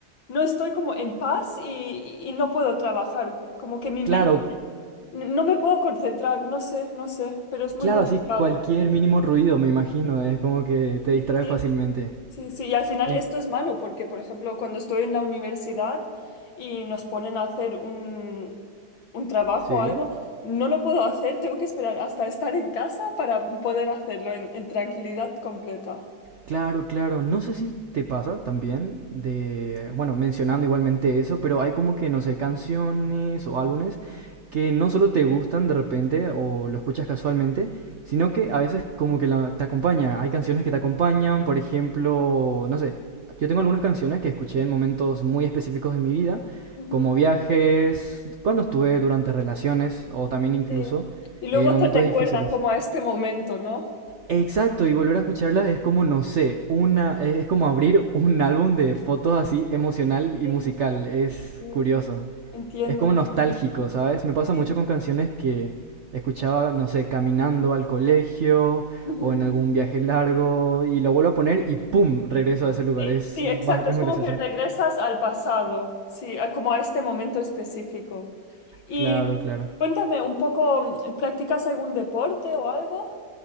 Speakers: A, on the left (about 80°); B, on the right (about 70°).
A: no estoy como en paz y, y- no puedo trabajar, como que mi
B: Claro,
A: mente n- no me puedo concentrar, no sé, no sé, pero es muy
B: claro,
A: complicado.
B: así cualquier mínimo ruido, me imagino, es como que te distrae
A: Sí.
B: fácilmente.
A: Sí, sí, y al final
B: En-
A: esto es malo porque, por ejemplo, cuando estoy en la universidad y nos ponen a hacer un, un trabajo
B: ¿Sí?
A: o algo, no lo puedo hacer, tengo que esperar hasta estar en casa para poder hacerlo en, en tranquilidad completa.
B: Claro, claro. No sé si te pasa también de, bueno, mencionando igualmente eso, pero hay como que, no sé, canciones o álbumes que no solo te gustan de repente o lo escuchas casualmente, sino que a veces como que la- te acompaña. Hay canciones que te acompañan, por ejemplo, no sé, yo tengo algunas canciones que escuché en momentos muy específicos de mi vida,
A: Ujú.
B: como viajes, cuando estuve durante relaciones o también incluso
A: Sí. Y luego
B: eh, momentos
A: te recuerdan
B: difíciles.
A: como a este momento, ¿no?
B: Exacto, y volver a escucharla es como, no sé, una, es es como abrir un álbum de fotos así emocional y
A: Sí,
B: musical, es
A: sí.
B: curioso.
A: Entiendo,
B: Es como nostálgico,
A: entiendo.
B: ¿sabes? Me pasa
A: Sí.
B: mucho con canciones que escuchaba, no sé, caminando al colegio
A: Ujú.
B: o en algún viaje largo y lo vuelvo a poner y ¡pum! regreso a ese lugar,
A: Sí,
B: es,
A: sí, exacto.
B: baja- es
A: Es
B: muy
A: como
B: gracioso.
A: que regresas al pasado, sí, a- como a este momento específico. Y
B: Claro, claro.
A: cuéntame un poco, ¿practicas algún deporte o algo?